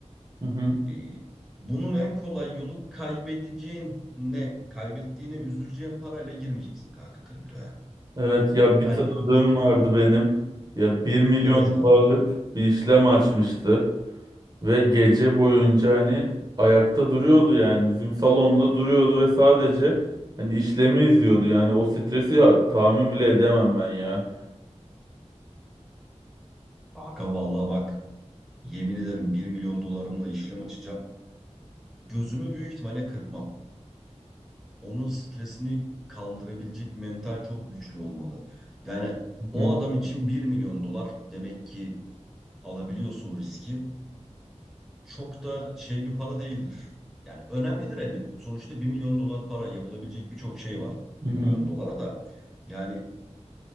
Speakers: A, on the right; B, in the centre.
A: hı hı.
B: Ee, bunun en kolay yolu kaybedeceğin ne? Kaybettiğine üzüleceğin parayla girmeyeceksin kanka kriptoya.
A: Evet ya bir
B: Yani
A: tanıdığım
B: şimdi
A: vardı benim. Ya bir milyon
B: evet kanka.
A: dolarlık bir işlem açmıştı ve gece boyunca hani ayakta duruyordu yani bizim salonda duruyordu ve sadece hani işlemi izliyordu yani o stresi ya- tahmin bile edemem ben ya.
B: Abi Kanka vallahi bak yemin ederim bir milyon dolarımla işlem açacağım. Gözümü büyük ihtimalle kırpmam. onun stresini kaldırabilecek mental çok güçlü olmalı. Yani o
A: Hı
B: adam için bir milyon dolar demek ki alabiliyorsa o riski çok da şey bir para değildir. Yani önemlidir elbet. Sonuçta bir milyon dolar para yapılabilecek birçok şey var
A: hı.
B: Bir
A: hı.
B: milyon dolara da. Yani